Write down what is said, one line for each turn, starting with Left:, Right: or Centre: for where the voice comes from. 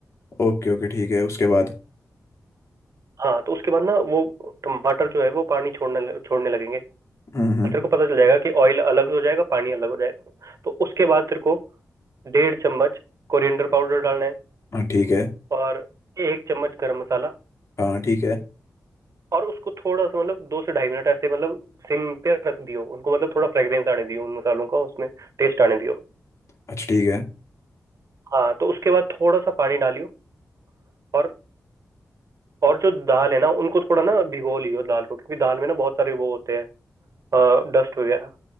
Left: ओके ओके ठीक है उसके बाद
Right: हाँ तो उसके बाद ना वो टमाटर जो है वो पानी छोड़ने छोड़ने लगेंगे तो
Left: हम्म हम्म।
Right: तेरे को पता चल जाएगा कि ऑयल अलग हो जाएगा पानी अलग हो जाएगा तो उसके बाद तेरे को डेढ़ चम्मच कोरिएंडर पाउडर डालना है
Left: हाँ ठीक है
Right: और एक चम्मच गरम मसाला
Left: हाँ ठीक है
Right: और उसको थोड़ा सा मतलब दो से ढाई मिनट ऐसे मतलब सिम पे रख दियो उनको मतलब थोड़ा फ्रेग्रेंस आने दियो उन मसालों का उसमें टेस्ट आने दियो
Left: अच्छा ठीक है
Right: हाँ तो उसके बाद थोड़ा सा पानी डालियो और और जो दाल है ना उनको थोड़ा ना भिगो लियो दाल को क्योंकि दाल में ना बहुत सारे वो होते हैं डस्ट वगैरह